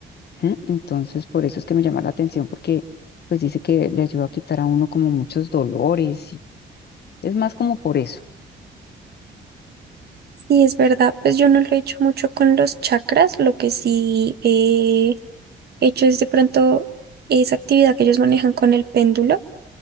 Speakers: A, on the left; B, on the right.
A: ¿m? Entonces, por eso es que me llama la atención, porque pues dice que le ayuda a quitar a uno como muchos dolores y es más como por eso.
B: Sí, es verdad, pues yo no lo he hecho mucho con los chakras, lo que sí eh, he hecho es de pronto esa actividad que ellos manejan con el péndulo.